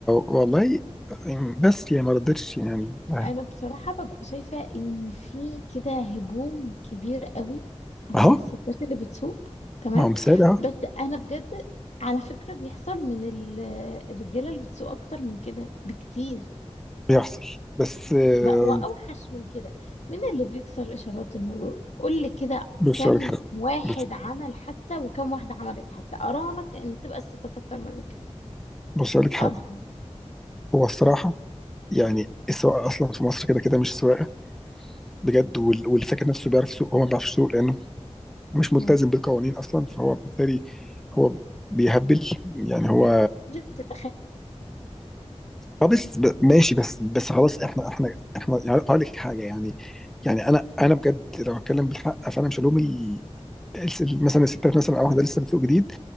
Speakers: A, in the centre; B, on the left.
A: والله بس يعني ما ردتش يعني آه.
B: انا بصراحة ببقى شايفة ان في كده هجوم كبير قوي على
A: اهو
B: الستات اللي بتسوق تمام
A: ما هو مثال اهو
B: بس انا بجد على فكرة بيحصل من ال- الرجالة اللي بتسوق اكتر من كده بكتير
A: بيحصل بس آه،
B: بقى واوحش من كده مين اللي بيكسر اشارات المرور قول لي كده
A: بص
B: كم
A: اقول لك حاجه
B: واحد
A: بص
B: عمل حادثة وكم واحدة عملت حادثة اراهنك ان تبقى الستات اكتر من الرجال
A: بص اقول لك حاجه
B: اراهنك
A: هو الصراحه
B: قول
A: يعني السواقه اصلا في مصر كده كده مش سواقه بجد وال- واللي فاكر نفسه بيعرف يسوق هو ما بيعرفش يسوق لانه مش ملتزم
B: مم.
A: بالقوانين اصلا فهو بالتالي هو بيهبل يعني هو
B: يعني تتخيل
A: اه بس ب- ماشي بس بس خلاص احنا احنا احنا يعني هقول لك حاجه يعني يعني انا انا بجد لو اتكلم بالحق فانا مش هلوم ال- الس- مثلا الستات مثلا او واحده لسه بتسوق جديد